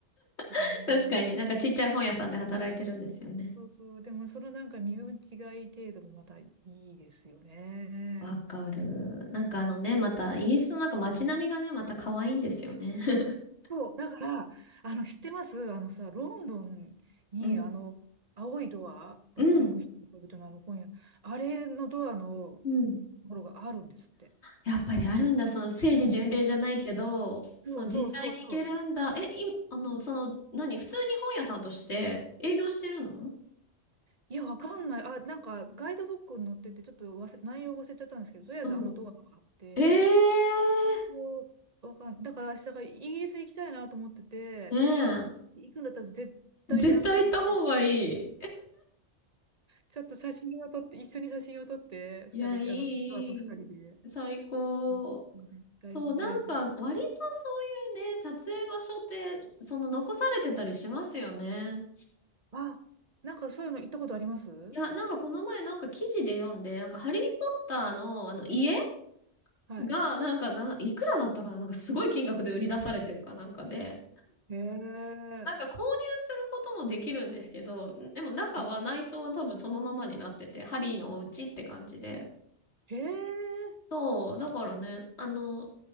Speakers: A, on the right; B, on the left.
A: て感じでね。
B: <laughs> 確かになんかちっちゃい本屋さんで働いてるんですよね。
A: そうそうそう。でも、そのなんか身分違い程度もまたいいですよね。
B: わかる。なんかあのね、また、イギリスのなんか街並みがね、また可愛いんですよね。<laughs>
A: そう、だから、あの、知ってますあのさ、ロンドンに、
B: うん。
A: あの、青いドア、ロッキングヒルの恋人のあの本屋、
B: うん。
A: あれのドアのと
B: うん。
A: ころがあるんですって。
B: やっぱりあるんだ。その政治巡礼じゃないけど、その実際に行けるんだ。
A: そうそうそうそう。
B: え、い、あの、その、何普通に本屋さんとして営業してるの
A: いや、わかんない。あ、なんか、ガイドブックに載ってて、ちょっと忘れ、内容忘れちゃったんですけど、とりあえずあのドアがあって、
B: うん。ええ
A: そうわかん、だから、私、だから、イギリス行きたいなと思ってて、
B: ー、ねえ。
A: 行くんだったら絶対にあそこに行こう。
B: 絶対行った方がいい。
A: ちょっと写真を撮って、一緒に写真を撮って、
B: いや、
A: 二人、
B: いい、
A: あの、ドアと二人で。
B: いい最高。
A: うん絶対行きたいです。
B: そう、なんか、割とそういうね、撮影場所って、その残されてたりしますよね。
A: あ、なんかそういうの行ったことあります
B: いや、なんかこの前なんか記事で読んで、なんかハリー・ポッターのあの家
A: はい。
B: が、なんかな、いくらだったかななんかすごい金額で売り出されてるかなんかで、
A: へえ。
B: なんか購入することもできるんですけど、でも中は内装は多分そのままになってて、
A: あ
B: ハリーのお家って感じで。
A: へえ。
B: そう、だからね、あの、